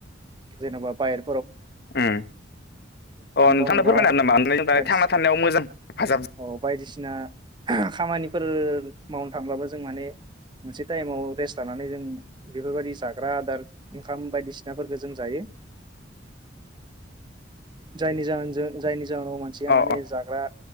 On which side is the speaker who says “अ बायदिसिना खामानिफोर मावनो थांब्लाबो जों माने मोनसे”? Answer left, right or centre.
Right